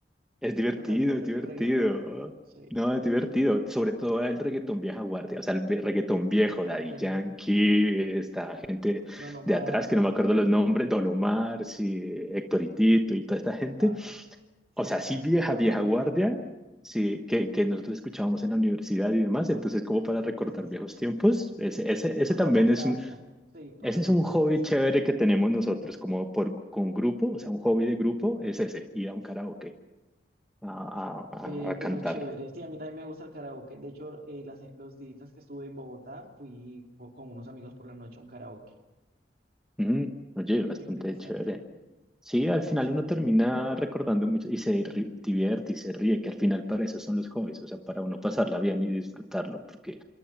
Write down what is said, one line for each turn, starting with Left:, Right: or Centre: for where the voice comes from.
Centre: Es divertido,
Right: Pues también depende
Centre: es divertido.
Right: del reggaetón. Sí,
Centre: No, es divertido.
Right: sí, sí.
Centre: Sobre todo el reggaetón vieja guardia. O sea, el ve- reggaetón viejo,
Right: Ok.
Centre: Daddy Yankee, esta gente
Right: Don Omar,
Centre: de atrás que no me acuerdo los nombres, Don Omar, sí, Hectoritito y toda esta gente.
Right: ah, sí,
Centre: O sea, sí
Right: sí, sí,
Centre: vieja,
Right: Tito el
Centre: vieja
Right: Bambino,
Centre: guardia, sí, que, que nosotros escuchábamos en la universidad y demás. Entonces, como para recordar
Right: sí, sí, sí.
Centre: viejos tiempos, ese, ese, ese
Right: Por
Centre: también
Right: la nostalgia,
Centre: es un,
Right: sí, por
Centre: ese
Right: la nostalgia,
Centre: es un hobby
Right: sí.
Centre: chévere que tenemos nosotros como por, con grupo, o sea, un hobby de grupo es ese, ir a un karaoke a, a-
Right: Ve,
Centre: a
Right: pero
Centre: cantar.
Right: chévere, sí, a mí también me gusta el karaoke. De hecho, eh, las- eh, los días que estuve en Bogotá, fui po- con unos amigos por la noche a un karaoke
Centre: Mm, oye,
Right: y
Centre: bastante
Right: fue interesante.
Centre: chévere. Sí, al
Right: Sí,
Centre: final
Right: sí,
Centre: uno termina
Right: sí,
Centre: recordando mucho y se ri- divierte y se ríe, que al final para eso son los hobbies, o sea, para uno pasarla bien y disfrutarlo, porque,